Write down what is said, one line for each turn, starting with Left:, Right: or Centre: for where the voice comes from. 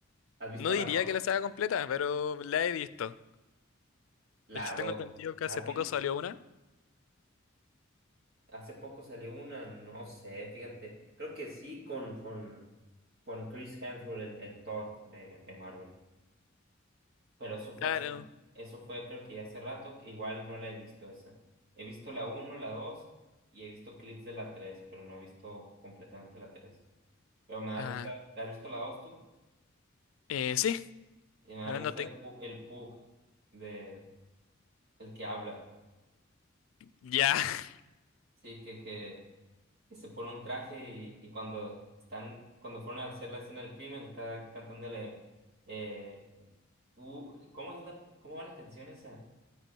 Right: ¿Has visto
Left: no diría
Right: la 2,
Left: que la saga completa, pero la he visto.
Right: La
Left: De hecho,
Right: 2,
Left: tengo entendido que
Right: ¿La
Left: hace
Right: has visto?
Left: poco salió una.
Right: Hace poco salió una, no sé, fíjate. Creo que sí con, con, con Chris Hemsworth, el, el Thor de, de Marvel. Pero eso fue
Left: Claro.
Right: así, eso fue creo que ya hace rato, igual no la he visto esa. He visto la uno, la 2 y he visto clips de la 3, pero no he visto completamente la 3. Pero me da
Left: Ah,
Right: risa, ¿la has visto la 2 tú?
Left: eh, sí.
Right: Y me da
Left: No
Right: risa
Left: tengo.
Right: el, pu- el Pug de el que habla.
Left: Ya, <laughs>
Right: Sí, que, que que se pone un traje y, y cuando están, cuando fueron a hacer la escena del crimen, está cantándole, eh, "Who- ¿cómo es la, cómo va la canción esa?